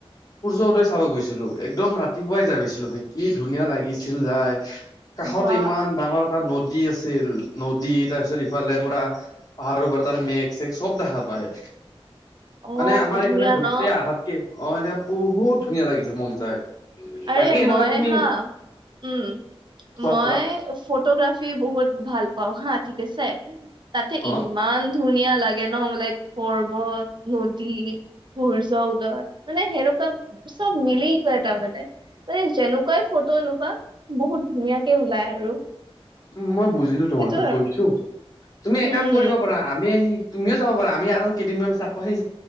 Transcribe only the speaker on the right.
বা
অ
ধুনীয়া
ন
আৰে
মই
হা উম
মই
ফ ফ্ৰাফি বহুত ভাল পাওঁ হা ঠিক আছে তাতে
ইমান ধুনীয়া লাগে ন লাইক পৰ্বত নদী সূৰ্য উদৰ মানে সেনেুৱা চব মিলি কৰে তাৰ মানে মানে যেনেকুৱাই ফটো লবা বহুত ধুনীয়াকে ওলাই আৰু
সেইটো আৰু
উম